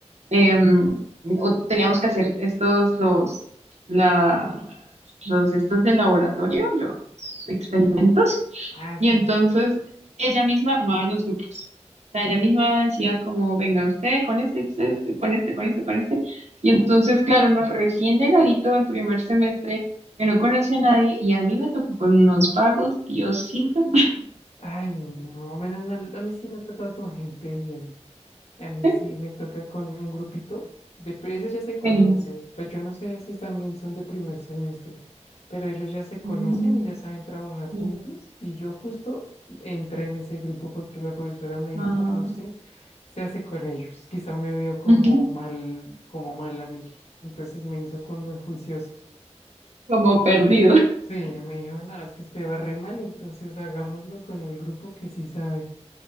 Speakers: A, on the right (about 70°); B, on the left (about 65°).
A: em, o teníamos que hacer estos, los, la, los estos de laboratorio, los experimentos,
B: Ah,
A: y
B: sí.
A: entonces ella misma armaba los grupos. O sea, ella misma decía como, venga usted con este, usted este, con este, con este, con este. Y entonces, claro, uno
B: sí.
A: recién llegadito en primer semestre, que no conocía a nadie, y a mí me tocó con unos vagos, Diosito.
B: Mm. Ay, no, menos mal. A mí sí me ha tocado con gente bien. A mí
A: <laughs>
B: sí me toca con un grupito. De, pri- ellos ya se conocen,
A: eh,
B: pero yo no sé si también son de primer semestre, pero ellos ya se conocen
A: mm,
B: y ya saben trabajar juntos.
A: eh,
B: Y yo justo entré en ese grupo porque la profesora me dijo,
A: ah,
B: bueno, usted se hace con ellos. Quizá me vio como
A: <laughs> ujú,
B: mal, como mal a mí. Entonces me hizo con los juiciosos.
A: como perdido.
B: Sí, me dijo, no, es que usted va re mal, entonces hagámoslo con el grupo que sí sabe.